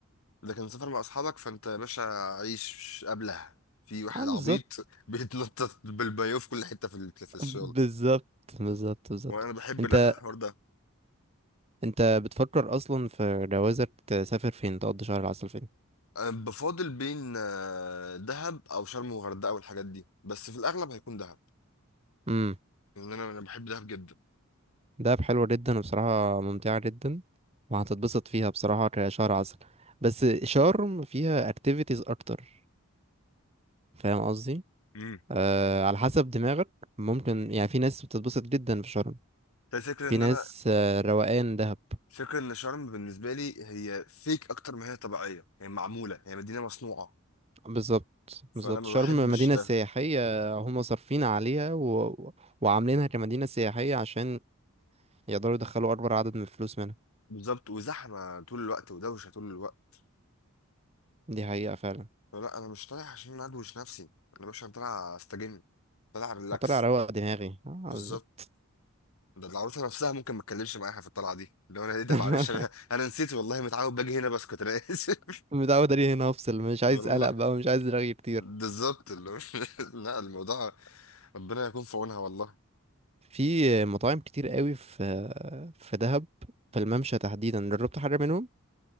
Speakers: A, on the left (about 75°); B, on the right (about 30°).
A: لكن سفر مع اصحابك فانت يا باشا عيش قبلها في واحد
B: اه بالظبط
A: عبيط <laughs> بيتنطط بالبايو في كل حته في ال- في الشغل
B: بالظبط بالظبط بالظبط
A: وانا بحب
B: انت
A: للاسف الحوار ده
B: انت بتفكر اصلا في جوازك تسافر فين تقضي شهر العسل
A: انا بفاضل بين آه، دهب او شرم وغردقه والحاجات دي بس في الاغلب هيكون دهب
B: فين
A: لان انا انا بحب دهب جدا
B: دهب حلوة جدا وبصراحة ممتعة جدا وهتتبسط فيها بصراحة كشهر عسل بس شرم فيها activities أكتر فاهم قصدي؟
A: امم
B: آه على حسب دماغك ممكن يعني في ناس بتتبسط جدا في شرم
A: الفكرة
B: في
A: ان
B: ناس
A: انا
B: آه روقان دهب
A: فكرة ان شرم بالنسبة لي هي فيك اكتر ما هي طبيعية هي معمولة هي مدينة مصنوعة
B: بالظبط
A: فانا
B: بالظبط
A: ما
B: شرم
A: بحبش
B: مدينة
A: ده
B: سياحية هم صارفين عليها و... وعاملينها كمدينة سياحية عشان يقدروا يدخلوا أكبر عدد من الفلوس منها
A: بالظبط وزحمة طول الوقت ودوشة طول الوقت
B: دي حقيقة فعلا
A: فلا أنا مش طالع عشان أدوش نفسي أنا مش طالع أستجم طالع ريلاكس
B: هطلع روق دماغي آه
A: بالظبط
B: بالظبط
A: ده العروسة نفسها ممكن ما تكلمش معاها في الطلعة دي لو أنا إيه ده
B: <laughs>
A: معلش أنا <laughs> أنا نسيت والله متعود باجي هنا بسكت أنا آسف
B: متعود عليه هنا افصل مش عايز
A: <laughs> والله
B: قلق بقى ومش عايز رغي كتير
A: بالظبط اللي هو- <laughs> لا الموضوع ربنا يكون في عونها والله
B: في مطاعم كتير قوي في في دهب في الممشى تحديدا جربت حاجة منهم